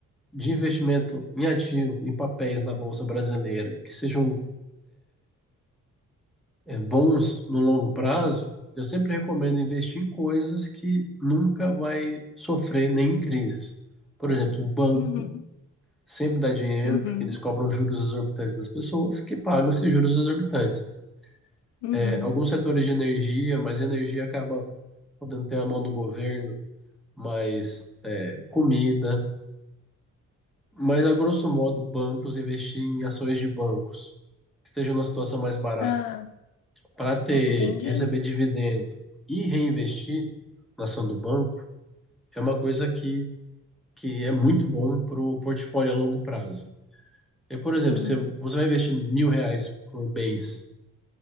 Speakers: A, in the centre; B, on the left.
A: de investimento em ativo, em papéis da Bolsa Brasileira, que sejam é, bons no longo prazo, eu sempre recomendo investir em coisas que nunca vai sofrer nem em crise. Por exemplo, o banco
B: Uhum,
A: sempre dá dinheiro,
B: uhum,
A: porque eles cobram juros exorbitantes das pessoas, que pagam esses juros exorbitantes.
B: uhum.
A: É, alguns setores de energia, mas energia acaba podendo ter a mão do governo, mas é, comida, mas a grosso modo bancos investir em ações de bancos que estejam numa situação mais barata
B: Tá,
A: para ter
B: entendi.
A: receber dividendo e reinvestir na ação do banco é uma coisa que que é muito bom para o portfólio a longo prazo. E, por exemplo,
B: Uhum.
A: se você vai investir mil reais por mês